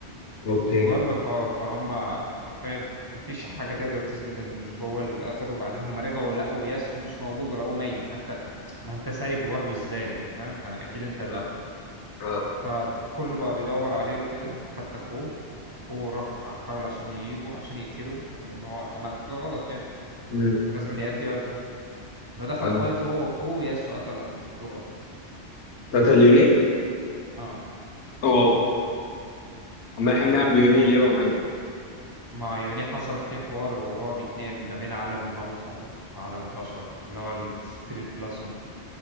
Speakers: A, on the left; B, on the right.
A: اوكي
B: المهم فه- فهم حرفيا مفيش حاجه تقدر تثبت انه مش هو اللي قتله وبعدين هم رجعوا لقوا ياسو مش موجود ولقوه ميت فانت ما انت سايبه برضه ازاي انت فاهم فاكيد انت اللي
A: اه
B: قتله
A: اه
B: فكله بقى بيدور عليه وكده حتى اخوه اخوه راح حاول عشان يجيبه عشان يقتله يعني ان هو عمل حاجه غلط يعني
A: مم.
B: ولازم يأدي واجبه فدخل
A: اه
B: فايت هو واخوه ياسو قتل اخوه بالغلط
A: قتل يوني؟
B: اه
A: واو ما يحملها بيوني ليه وماي؟
B: مع يوني حصل فيه حوار وهو بيتنقل ما بين عالم الموتى وعالم البشر اللي هو السبيريت بلاسم